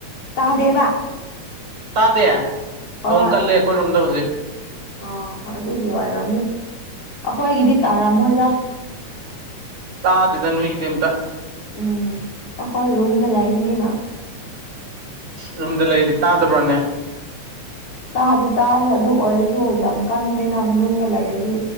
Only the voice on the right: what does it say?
ꯇꯥꯗꯦ
ꯅꯣꯡ ꯀꯜꯂꯦ ꯑꯩꯈꯣꯏꯔꯣꯝꯗ ꯍꯧꯖꯤꯛ
ꯇꯥꯗꯦꯗ ꯅꯣꯏꯒꯤꯗꯤ ꯑꯝꯇꯥ
ꯔꯨꯝꯗ ꯂꯩꯔꯗꯤ ꯇꯥꯗꯕ꯭ꯔꯥꯅꯦ